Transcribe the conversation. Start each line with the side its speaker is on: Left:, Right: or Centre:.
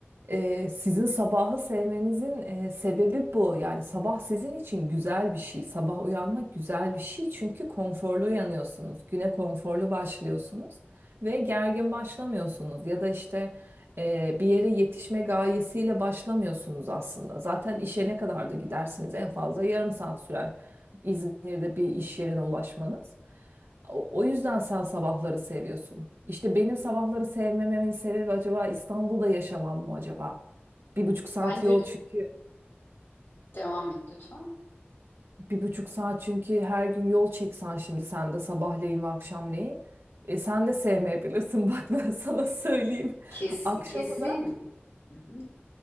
Right: Ee, sizin sabahı sevmenizin e, sebebi bu. Yani sabah sizin için güzel bir şey. Sabah uyanmak güzel bir şey çünkü konforlu uyanıyorsunuz. Güne konforlu başlıyorsunuz ve gergin başlamıyorsunuz. Ya da işte e, bir yere yetişme gayesiyle başlamıyorsunuz aslında. Zaten işe ne kadar da gidersiniz en fazla yarım saat sürer İzmir'de bir iş yerine ulaşmanız. O, o yüzden sen sabahları seviyorsun. İşte benim sabahları sevmememin sebebi acaba İstanbul'da yaşamam mı acaba? Bir buçuk saat
Left: Bence
Right: yol çünkü
Left: devam et lütfen.
Right: bir buçuk saat çünkü her gün yol çeksen şimdi sen de sabahleyin ve akşamleyin. E, sen de sevmeyebilirsin <laughs> bak ben sana söyleyeyim.
Left: Kes,
Right: Akşama
Left: kesin.
Right: da.
Left: Hı hı.